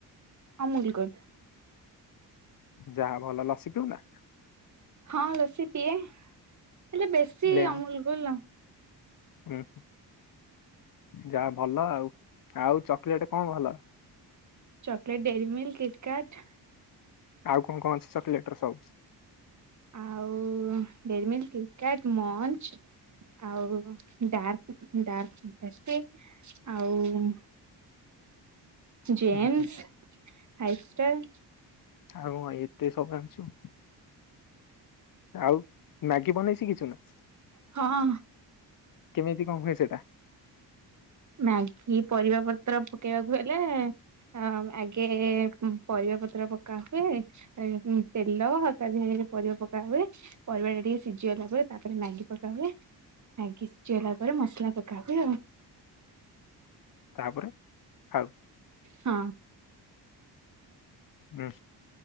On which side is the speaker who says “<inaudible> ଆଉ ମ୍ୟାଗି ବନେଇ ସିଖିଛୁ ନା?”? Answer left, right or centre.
Left